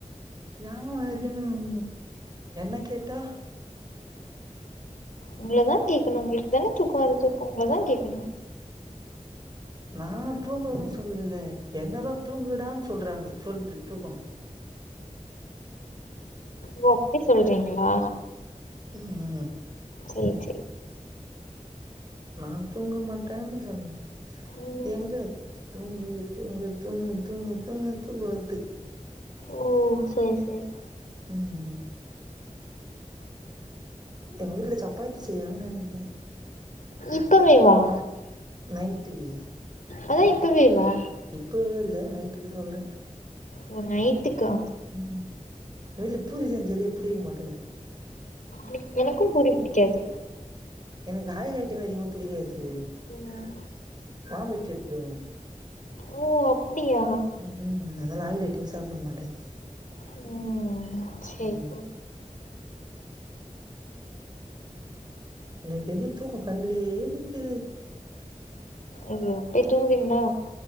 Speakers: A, on the right; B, on the left.
A: யா வருதுன்னு என்ன கேட்டா
B: உங்கள தா கேக்கணு உங்களுக்கு தானே தூக்கோ வருது உங்கள தா கேக்கணு
A: நா தூங்குறோ சொல்லலே என்னதா தூங்குடான்னு சொல்றாங்க சொல்லது தூக்கோ
B: ஓ அப்டி சொல்றீங்ளா
A: ம் ம்
B: சே சே
A: நா தூங்க மாட்டேன்னு சொன்னே
B: ம்
A: இது எங்க தூங்கு தூங்கு தூங்கு தூங்கு தூங்குனா தூக்கோ வருது
B: ஓ சேர் சேர்
A: ம் எங்க வீட்ல சப்பாத்தி செய்றாங்கன் நெனக்கிறே
B: இப்பவே வா
A: நைட்டுக்கு
B: அதா இப்பவேவா
A: இப்பவே இல்ல நைட்டுக்கு சொல்றே
B: ஓ நைட்டுக்கா
A: ம் எங்க வீட்ல பூரி செஞ்சாலே புடிக்க மாட்டேந்து
B: எனக் எனக்கு பூரி புடிக்காது
A: எனக்கு ஆயில் ஐட்டமே அதிகமாப் புடிக்காது
B: ம்
A: வாமிட் எத்ருவே
B: ஓ அப்டியா
A: ம் ம் அதலா ஆயில் ஐட்டமே சாப்டமாட்டே
B: ம் சேரி
A: ம்
B: சேரி
A: எனக்கு தெரிஞ்சி தூக்கோ கண்லே நிக்குது
B: ஐயோ போய் தூங்விங்ளா